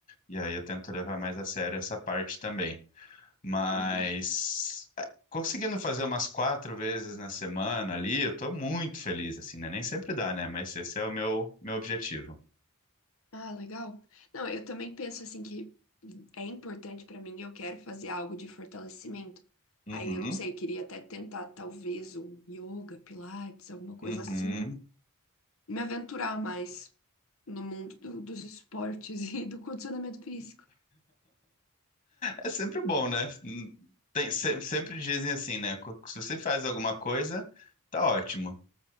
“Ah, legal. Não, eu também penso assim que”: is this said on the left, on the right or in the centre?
Left